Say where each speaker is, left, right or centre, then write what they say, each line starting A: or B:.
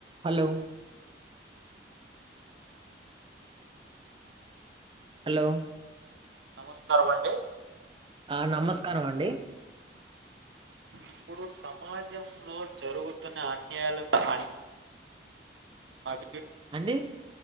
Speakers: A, on the right; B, on the right.
A: Hello hello
B: నమస్కారం అండి
A: ఆ నమస్కారం అండి
B: ఇప్పుడు సమాజంలో జరుగుతున్న అన్యాలు అన్ అవి
A: అండి